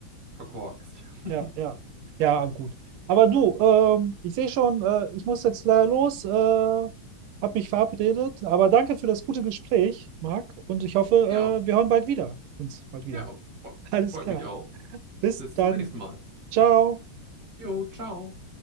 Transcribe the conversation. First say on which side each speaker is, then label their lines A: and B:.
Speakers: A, on the right; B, on the right.
A: verkorkst. <laughs>
B: Ja, ja, ja, gut. Aber du, ähm, ich sehe schon, äh, ich muss jetzt leider los, äh, habe mich verabredet. Aber danke für das gute Gespräch, Marc. Und ich hoffe,
A: Ja,
B: äh, wir hören bald wieder. Uns bald wieder.
A: Ja, fre-
B: <laughs> Alles
A: freut
B: klar.
A: mich auch.
B: Bis
A: Bis
B: dann.
A: zum nächsten Mal.
B: Ciao.
A: Jo, ciao.